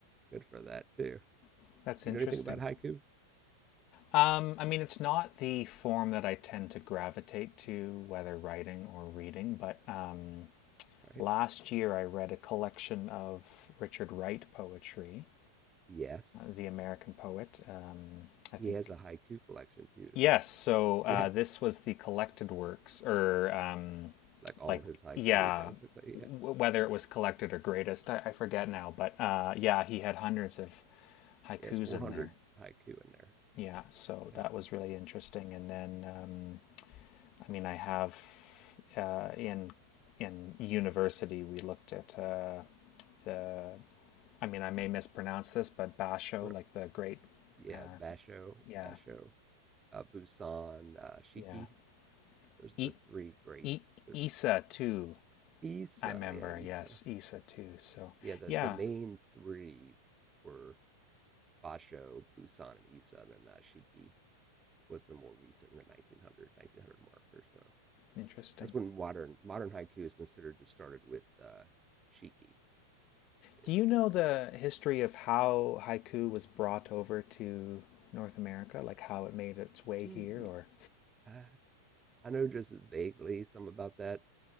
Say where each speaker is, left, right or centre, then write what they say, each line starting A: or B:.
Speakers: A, on the right; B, on the left.
A: good for that too.
B: <laughs> That's
A: Do you
B: interesting.
A: know anything about haiku?
B: Um, I mean, it's not the form that I tend to gravitate to, whether writing or reading, but um,
A: Right?
B: last year I read a collection of Richard Wright poetry
A: Yes.
B: the American poet. Um,
A: He
B: I think
A: has a haiku collection too.
B: yes. So uh,
A: Yes,
B: this was the collected works, or um,
A: like all
B: like
A: his haiku,
B: yeah,
A: basically.
B: w-
A: Yeah,
B: whether it was collected or greatest, I, I forget now. But uh, yeah, he had hundreds of haikus
A: yeah, it's 400
B: in there.
A: haiku in there.
B: Yeah, so
A: Yeah,
B: that was really interesting. And then um, I mean, I have uh, in in university we looked at uh, the. I mean, I may mispronounce this, but Basho,
A: right.
B: like the great.
A: Yeah,
B: Uh,
A: Basho,
B: yeah,
A: Basho, uh, Busan, uh, Shiki.
B: yeah.
A: Those
B: E-
A: are the three greats.
B: E-
A: The
B: Issa too.
A: Issa,
B: I remember,
A: yeah, Issa.
B: yes, Isa too. So
A: Yeah, the
B: yeah,
A: the main three were Basho, Busan, and Issa, and then uh, Shiki was the more recent in the nineteen hundred nineteen hundred 1900 mark or so.
B: interesting.
A: That's when modern modern haiku is considered to started with uh, Shiki
B: Do
A: is
B: you
A: considered
B: know the history of how haiku was brought over to North America? Like how it made its way here,
A: Mm, ye
B: or
A: uh, I know just vaguely some about that,